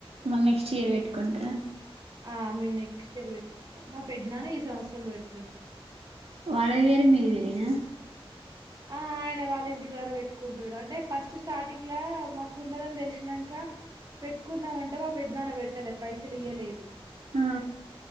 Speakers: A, on the right; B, on the right.
A: మళ్ళీ నెక్స్ట్ ఇయర్ పెట్టుకుంటారా
B: ఆ ఐ మీన్ నెక్స్ట్ ఇయర్ పెట్టుకుంటాం మా పెద్దనాన్న ఈ సంవత్సరం పెడతాడు
A: వలది వేరు మీది వేరనా
B: ఆ ఆయన వాళ్ళ ఇంటికాడ పెట్టుకుంటాడు అంటే ఫస్ట్ స్టార్టింగ్ మాకు ఉన్నదని తెలిసినాక పెట్టుకుందాం అంటే మా పెద్దనాన్న పెట్టలే పైసలు ఇవయలేదు
A: ఆ